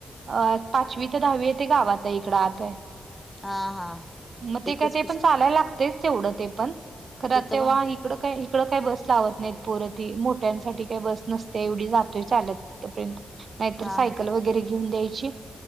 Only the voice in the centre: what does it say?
हा हा
एकच
कुस
तिथं
पण
हा